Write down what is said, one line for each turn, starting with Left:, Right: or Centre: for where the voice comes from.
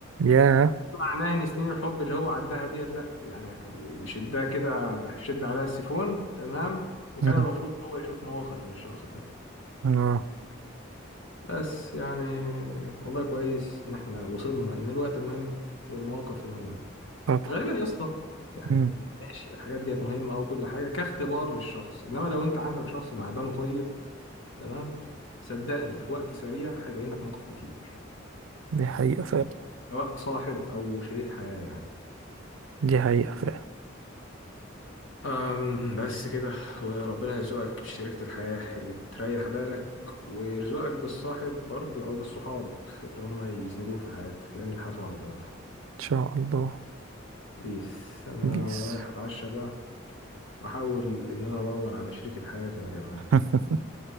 Right: ياه
Left: معناها ان سنين الحب اللي هو عدها ديت لا يعني يشدها كده شد عليها السيفون تمام وكان
Right: مم.
Left: المفروض ان هو يشوف مواقف من الشخص ده
Right: اه
Left: بس يعني والله كويس ان احنا وصلنا ان الوقت مهم والمواقف مهمة
Right: طبعا
Left: غالبا يا اسطى يعني
Right: مم.
Left: ماشي الحاجات ديت مهمة او كل حاجة كاختبار للشخص انما لو انت عندك شخص معدنه طيب تمام صدقني في وقت سريع هيبين لك مواقف كتير
Right: دي حقيقة فعلا
Left: سواء صاحب او شريك حياة يعني
Right: دي حقيقة فعلا إن
Left: أم بس كده وربنا يرزقك بشريكة الحياة اللي تريح بالك ويرزقك بالصاحب برضو أو بالصحاب اللي هم يسندوك في حياتك لأن الحياة صعبة فعلا
Right: شاء الله
Left: بيس أنا
Right: بيس
Left: رايح أتعشى بقى وأحاول إن أنا أدور على شريكة حياتي أنا كمان
Right: <laughs>